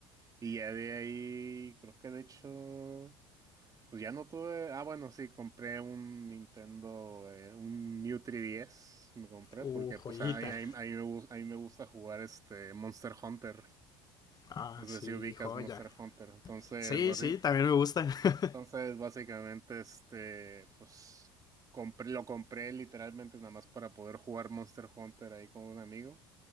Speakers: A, on the right; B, on the left.
A: y ya de ahí creo que de hecho pues ya no tuve, ah bueno sí, compré un Nintendo, eh, un New 3DS me compré
B: Uh,
A: porque pues
B: joyita.
A: a mí, a mí- a mí me, gus- a mí me gusta jugar este Monster Hunter.
B: Ah,
A: No sé
B: sí,
A: si ubicas
B: joya.
A: Monster Hunter. Entonces,
B: Sí,
A: basi-
B: sí, también me gusta. <laughs>
A: entonces básicamente, este, pues, compré, lo compré literalmente nada más para poder jugar Monster Hunter ahí con un amigo.